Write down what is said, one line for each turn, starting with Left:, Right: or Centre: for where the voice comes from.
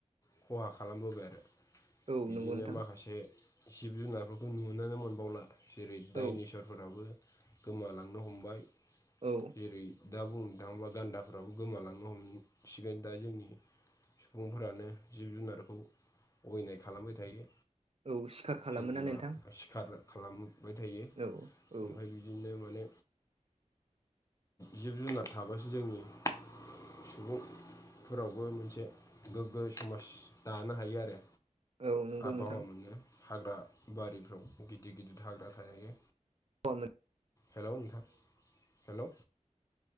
Left: खहा खालामबोबाय आरो
Right: औ
Left: बिदिनो
Right: नंगौ नोंथां
Left: माखासे। जिब जुनारफोरखौ नुनानै मोनबावला जेरै दाइनि
Right: औ
Left: साव फोराबो गोमालांनो हमबाय।
Right: औ।
Left: जेरै दा बुंनो थाङोब्ला गान्दाफ्राबो गोमालांनो हमसिगोन दा जोंनि। सुबुंफोरानो जिब जुनारखौ अगायनाय खालामबाय थायो।
Right: औ सिखार खालामोना
Left: जेनेबा
Right: नोंथां
Left: सिखार खालामबाय थायो
Right: औ औ
Left: ओमफ्राय बि बिदिनो माने जिब जुनार थाबासो जोंनि। सुबुंफोरावबो मोनसे गोग्गो समाज दानो हायो आरो।
Right: औ नंगौ
Left: आबहावा
Right: नोंथां
Left: मोनो हाग्रा बारिफ्राव गिदिर गिदिर हाग्रा थायो।
Right: ब
Left: हेल' नोंथां हेल'